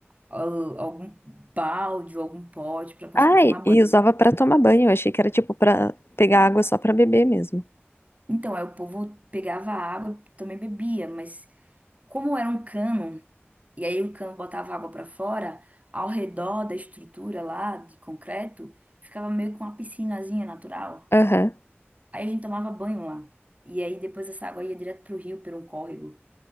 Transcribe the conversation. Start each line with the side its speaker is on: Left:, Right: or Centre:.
Right: al- algum balde ou algum pote para conseguir
Left: Ah,
Right: tomar
Left: e
Right: banho.
Left: e usava pra tomar banho. Eu achei que era tipo pra pegar água só pra beber mesmo.
Right: Então, aí o povo pegava a água, também bebia, mas como era um cano, e aí o cano botava água para fora, ao redor da estrutura lá de concreto, ficava meio com uma piscinazinha natural.
Left: Aham. <laughs>
Right: Aí a gente tomava banho lá. E aí depois essa água ia direto pro rio, por um córrego.